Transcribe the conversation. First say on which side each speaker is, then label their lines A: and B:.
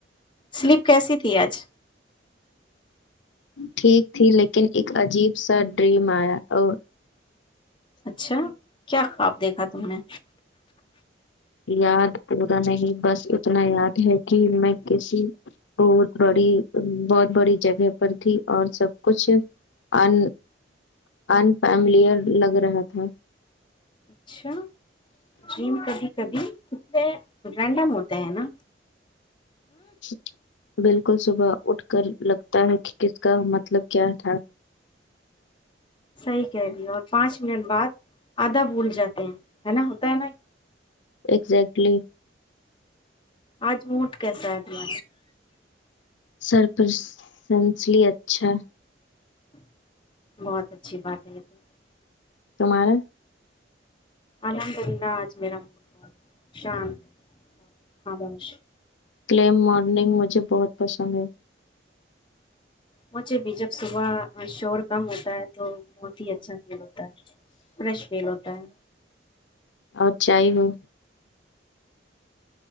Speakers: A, on the left (about 25°); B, on the left (about 80°).
A: سلیپ کیسی تھی آج
B: ٹھیک تھی لیکن ایک عجیب سا ڈریم آیا اور
A: اچھا کیا خواب دیکھا تم نے
B: یاد پورا نہیں بس اتنا یاد ہے کہ میں کسی بہت بڑی بہت بڑی جگہ پر تھی اور سب کچھ ان انفیملیر لگ رہا تھا
A: اچھا ڈریم کبھی کبھی کتنے رینڈم ہوتے ہیں نا
B: اچ بالکل صبح اٹھ کر لگتا ہے کہ کس کا مطلب کیا تھا
A: صحیح کہہ رہی اور پانچ منٹ بعد آدھا بھول جاتے ہیں ہے نا ہوتا ہے نا
B: اگزیکٹلی
A: آج موٹ کیسا ہےتی
B: سر پرسنسلی اچھا
A: بہت اچھی بات ہے یہ تو
B: تمہارا
A: الحمد للہ آج میرا من بہت شانت ہےاموش
B: کلیم مارننگ مجھے بہت پسند ہے
A: مجھے بھی جب صبح شور کم ہوتا ہے تو بہت ہی اچھا فیل ہوتا ہے فریش فیل ہوتا ہے
B: اور چائے ہو